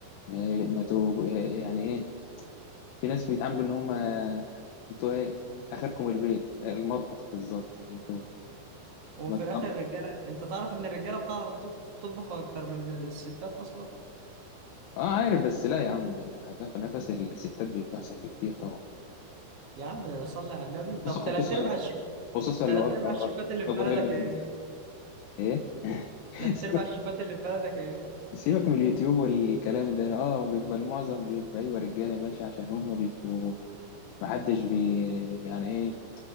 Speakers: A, on the left (about 85°); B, on the right (about 60°).
A: ما ما تو- يعني إيه في ناس بيتعاملوا إن هم أنتوا إيه آخركم البيت المطبخ بالظبط يعني أنتوا
B: وفي
A: ما تطلعوا
B: الاخر الرجاله انت تعرف ان الرجاله بتعرف تطبخ تطبخ اكتر من الستات اصلا
A: آه عارف بس لا يا عم لا لا، في نفس الستات بيبقى أحسن بكتير طبعا
B: يا عم صلي على النبي
A: خصوصا
B: طب تلات
A: خصوصا
B: ارباع الشيف
A: خصوصا
B: تلات
A: لو وجبة
B: ارباع الشيفات اللي في
A: لو
B: بلدك
A: قريبة منك
B: ايه
A: إيه <laughs>
B: تلات
A: سيبك
B: ارباع الشيفات اللي في بلدك ايه
A: سيبك من اليوتيوب والكلام ده اه بيبقى المعظم بيبقى ايوه رجاله ماشي عشان هم بيبقوا محدش بي يعني ايه